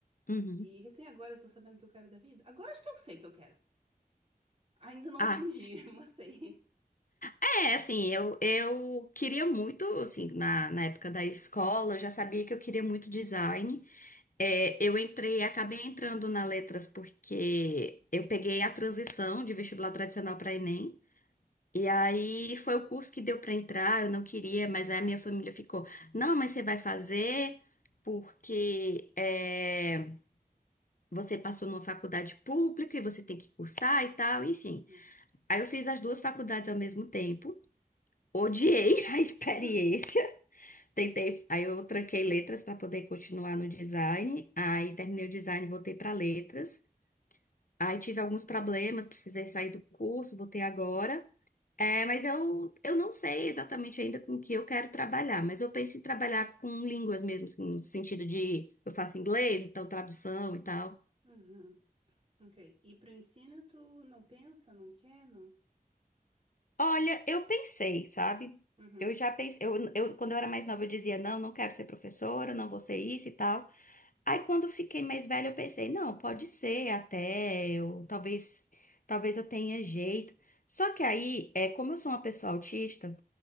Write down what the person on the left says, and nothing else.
Uhum.
Ah,
é, assim, eu, eu queria muito, assim, na, na época da escola, eu já sabia que eu queria muito design. É, eu entrei, acabei entrando na letras porque eu peguei a transição de vestibular tradicional para Enem. E aí foi o curso que deu para entrar, eu não queria, mas aí a minha família ficou, não, mas você vai fazer porque é, você passou numa faculdade pública e você tem que cursar e tal, enfim.
Aí eu fiz as duas faculdades ao mesmo tempo, odiei <laughs> a experiência,
tentei, aí eu tranquei letras para poder continuar no design, aí terminei o design, voltei para letras. Aí tive alguns problemas, precisei sair do curso, voltei agora. É, mas eu, eu não sei exatamente ainda com o que eu quero trabalhar, mas eu penso em trabalhar com línguas mesmo, assim, no sentido de eu faço inglês, então tradução e tal.
Olha, eu pensei, sabe?
Eu já pensei, eu, eu, quando eu era mais nova eu dizia, não, não quero ser professora, não vou ser isso e tal. Aí quando eu fiquei mais velha eu pensei, não, pode ser até, eu, talvez, talvez eu tenha jeito. Só que aí, é, como eu sou uma pessoa autista,